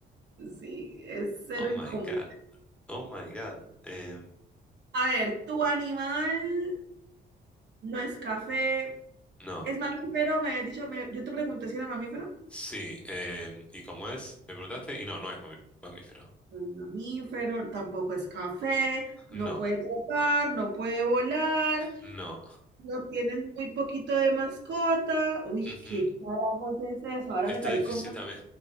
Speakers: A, on the right; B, in the centre.
A: Sí, es cero
B: Oh my
A: incómodo.
B: God. Oh my God. Em,
A: A ver, tu animal no es café,
B: no.
A: es mamífero, me has dicho, me- yo te pregunté si era mamífero.
B: Sí. em, ¿y cómo es? Me preguntaste. Y no, no es mami- mamífero.
A: No es mamífero, tampoco es café, no
B: No.
A: puede trepar, no puede volar,
B: No.
A: no tienen muy poquito de mascota. Uy,
B: Ujú,
A: ¿qué carajos es eso? Ahora
B: Está
A: me salí
B: difícil
A: con...
B: también.